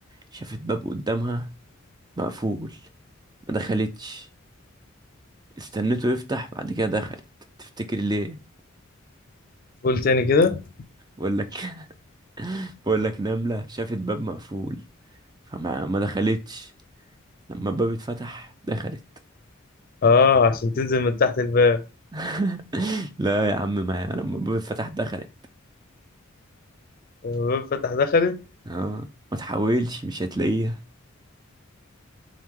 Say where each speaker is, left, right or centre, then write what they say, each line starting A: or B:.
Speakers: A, on the right; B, on the left.
A: شافت باب قدامها مقفول ما دخلتش استنته يفتح بعد كده دخلت تفتكر ليه
B: قول تاني كده
A: بقول لك <laughs> بقول لك نملة شافت باب مقفول فما ما دخلتش لما الباب اتفتح دخلت
B: اه عشان تنزل من تحت الباب
A: <laughs> لا يا عم ما انا لما الباب اتفتح دخلت
B: الباب فتح دخلت
A: اه ما تحاولش مش هتلاقيها